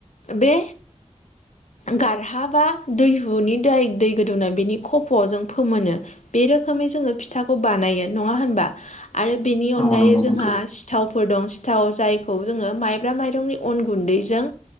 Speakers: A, on the left; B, on the left.
A: बे गारहाबा दैहुनि दै दै गोदौनाय बिनि खफ'आव जों फोमोनो बे रोखोमै जोङो फिथाखौ बानायो नङा होनबा आरो बेनि अनगायै
B: औ नंगौ नोंथां
A: जोंहा सिथावफोर दं सिथाव जायखौ जोङो माइब्रा माइरंनि अन गुन्दैजों